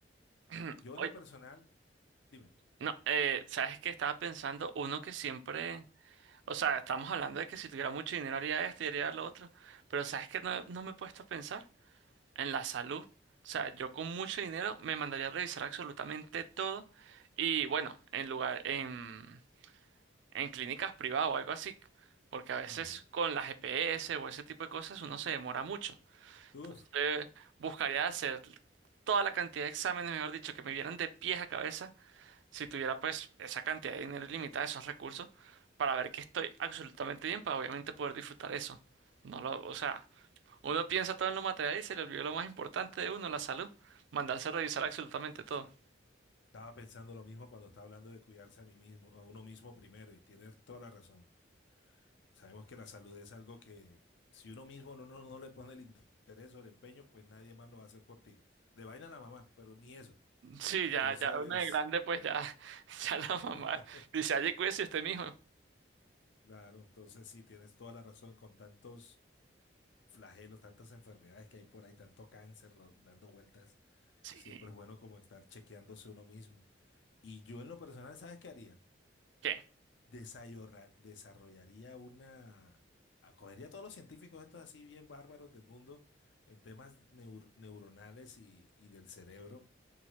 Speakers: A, on the right (about 75°); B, on the left (about 75°).
A: <clears throat>
B: Yo
A: Oye,
B: en lo personal Dime.
A: No, eh, sabes que estaba pensando uno que siempre, o sea, estamos hablando de que si tuviera mucho dinero haría esto y haría lo otro, pero sabes que no, no me he puesto a pensar en la salud. O sea, yo con mucho dinero me mandaría a revisar absolutamente todo y bueno, en lugar, en, en clínicas privadas o algo así, porque a veces
B: Ujú.
A: con la GPS o ese tipo de cosas uno se demora mucho.
B: Uf,
A: Entonces, buscaría hacer toda la cantidad de exámenes, mejor dicho, que me vieran de pies a cabeza si tuviera pues esa cantidad de dinero ilimitada, esos recursos, para ver que estoy absolutamente bien, para obviamente poder disfrutar eso. No lo, o sea, uno piensa todo en lo material y se le olvidó lo más importante de uno, la salud. Mandarse a revisar absolutamente todo.
B: estaba pensando lo mismo cuando estaba hablando de cuidarse a mí mismo, a uno mismo primero, y tiene toda la razón. Sabemos que la salud es algo que si uno mismo no, no, no no le pone el interés o el empeño, pues nadie más lo va a hacer por ti. De vaina la mamá, pero ni eso.
A: Sí,
B: Entonces,
A: ya, ya uno de grande, pues ya, <laughs> ya la mamá
B: <laughs>
A: dice, ay cuídese usted mijo.
B: claro, entonces sí, tienes toda la razón con tantos flagelos, tantas enfermedades que hay por ahí, tanto cáncer ro- dando vueltas.
A: Sí.
B: Siempre es bueno como estar chequeándose uno mismo. Y yo en lo personal, ¿sabes qué haría?
A: ¿Qué?
B: desayorra- desarrollaría una, acogería a todos los científicos estos así bien bárbaros del mundo en temas neur- neuronales y, y del cerebro